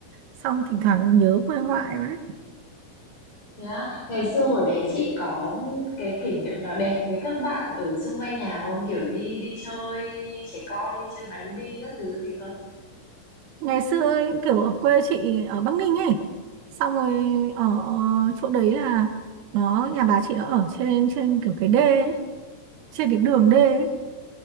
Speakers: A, on the right; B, on the left.
A: xong thỉnh thoảng nhớ quê ngoại quá
B: Thế á, Ngày xưa hồi bé chị có ừ, cái kỷ niệm nào đẹp với các bạn ở xung quanh nhà không? Kiểu đi đi chơi trẻ con, đi chơi bắn bi các thứ gì không?
A: ngày xưa ấy, kiểu ở quê chị ở Bắc Ninh ấy xong rồi ở ờ, chỗ đấy là nó nhà bà chị nó ở trên trên kiểu cái đê ấy, trên cái đường đê ấy.